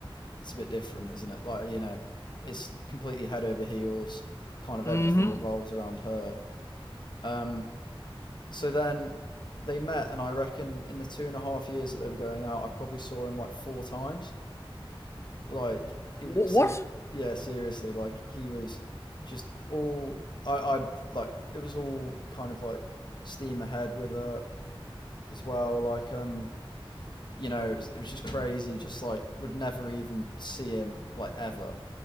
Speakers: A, on the left; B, on the left.
A: it's a bit different, isn't it? Like you know it's completely head over heels. Kind of
B: Mm-hmm.
A: everything revolves around her. Um, so then they met, and I reckon in the two and a half years that they were going out, I probably saw him like four times. like it
B: Wh-
A: was ser-
B: What?
A: yeah seriously like he was just all I I like it was all kind of like steam ahead with her as well like um you know it was, it was just crazy just like would never even see him like ever